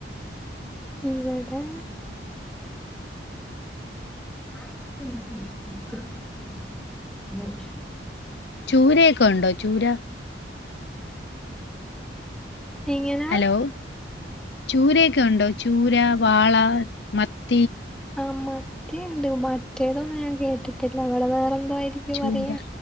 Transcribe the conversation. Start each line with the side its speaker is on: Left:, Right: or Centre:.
Centre: ഇവിടെ <unintelligible>
Left: ചൂരയൊക്കെ ഉണ്ടോ ചൂര
Centre: <unintelligible> എങ്ങനാ
Left: ഹലോ ചൂരയൊക്കെ ഉണ്ടോ ചൂര വാള മത്തി
Centre: ആഹ് അമ്മേ മത്തിയുണ്ട് മറ്റേതൊന്നും ഞാൻ കേട്ടിട്ടില്ല ഇവിടെ വേറെ എന്തായിരിക്കും
Left: ചൂര
Centre: പറയാ